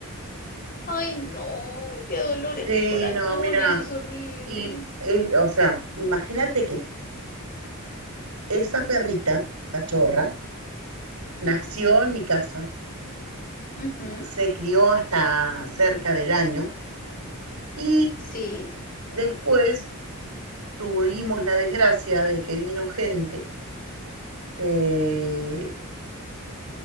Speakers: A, on the left; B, on the right.
A: Ay, no, qué dolor
B: Sí,
A: en el corazón,
B: no, mira,
A: eso es horrible.
B: y eh, o sea, imagínate que esa perrita, cachorra, nació en mi casa,
A: Ujú,
B: se crió hasta cerca del año y
A: Sí,
B: Después tuvimos la desgracia de que vino gente eh,